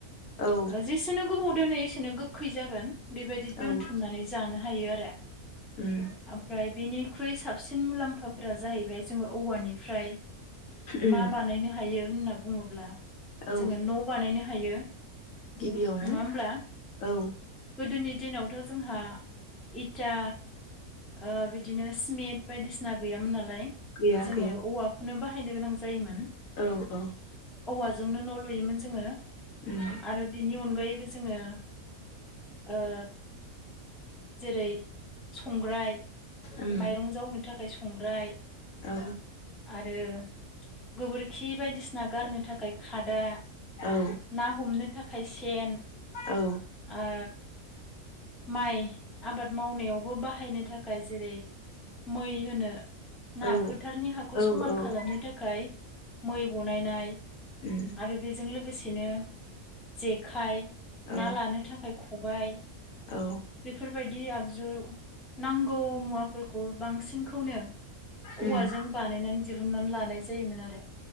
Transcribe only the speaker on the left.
औ
औ
उम
उम
औ
गिबियावनो
औ।
गैया
गैया
औ औ।
उम
उम
औ
औ
औ
औ
औ
औ
उम
औ
औ
उम